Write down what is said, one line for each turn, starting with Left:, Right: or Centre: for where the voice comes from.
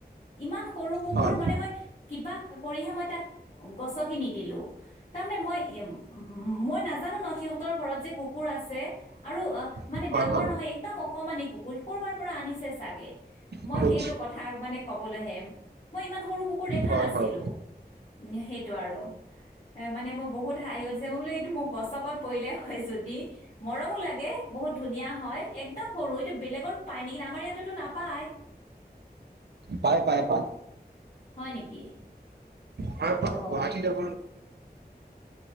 Left: ইমান সৰু কুকুৰ
Right: হয়
Left: মানে মই কিবা কৰিহে মই তাক গছকি নি দিলো তাৰমানানে মই উ মই নাজানো ন সিহঁতৰ ঘৰত যে কুকুৰ আছে আৰু মানে
Right: হয়
Left: ডাঙৰ নহয় একদম কমানমানি কুকুৰ, কৰবাৰ পৰা আনিছে চাগে মই
Right: হয়
Left: সেইটো কথা মানে কবলৈহে মই ইমান সৰু কুুৰ কুকুৰ দেখা
Right: হয়
Left: নাছিলো।
Right: হয় হয়
Left: উ! সেইটো আৰু এ মানে মোৰ বহুত হাঁহি উঠিছে মই বোলো এইটো মোৰ গছকত পৰিলেই হয় যদি, মৰমো লাগে। এ বহুত ধুনীয়া হয়। একদম সৰু এইটো বেলেগৰ পায় নেকি আমাৰ ইয়াতটো নাপায়
Right: পায় পায় পায়।
Left: হয় নেকি?
Right: হয় প
Left: অ
Right: গুৱাহাটী যাব